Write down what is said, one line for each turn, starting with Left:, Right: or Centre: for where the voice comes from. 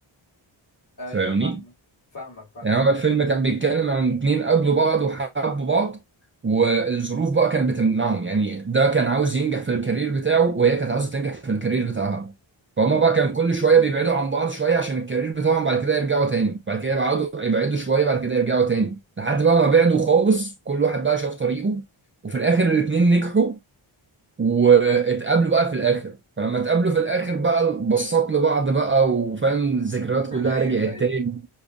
Left: ايوه
Right: فاهمني؟
Left: فاهمك فاهمك فاهمك
Right: يعني هو الفيلم كان بيتكلم عن اتنين قابلوا بعض وحبوا بعض والظروف بقى كانت بتمنعهم يعني ده كان عاوز ينجح في الكارير بتاعه وهي كانت عاوزة تنجح في الكارير بتاعها فهما بقى كان كل شوية بيبعدوا عن بعض شوية عشان الكارير بتاعهم بعد كده يرجعوا تاني بعد كده يبعدوا يبعدوا شوية بعد كده يرجعوا تاني لحد بقى ما بعدوا خالص كل واحد بقى شاف طريقه وفي الآخر الاتنين نجحوا واتقابلوا بقى في الآخر فلما اتقابلوا في الآخر بقى بصات لبعض بقى وفاهم الذكريات
Left: <laughs>
Right: كلها
Left: ايوه
Right: رجعت
Left: ايوه
Right: تاني